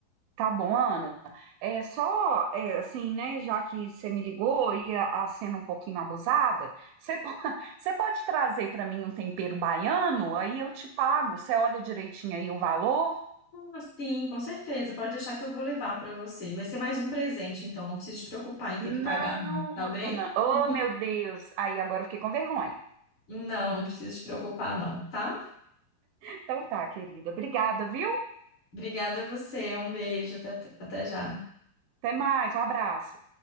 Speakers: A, on the right; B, on the left.
A: Tá bom, Ana. É só é, assim, né? Já que você me ligou e a, a sendo um pouquinho abusada, você, po- <laughs> você pode trazer para mim um tempero baiano? Aí eu te pago. Você olha direitinho aí o valor?
B: Ah, sim, com certeza. Pode deixar que eu vou levar para você. Vai ser mais um presente, então não precisa te preocupar em ter
A: Não,
B: que pagar, não. Tá bem?
A: Ana. Oh,
B: <laughs>
A: meu Deus. Aí agora eu fiquei com vergonha.
B: Não, não precisa te preocupar, não, tá?
A: Então tá, querida. Obrigada, viu?
B: Obrigada a você. Um beijo. Até, até já.
A: Até mais. Um abraço.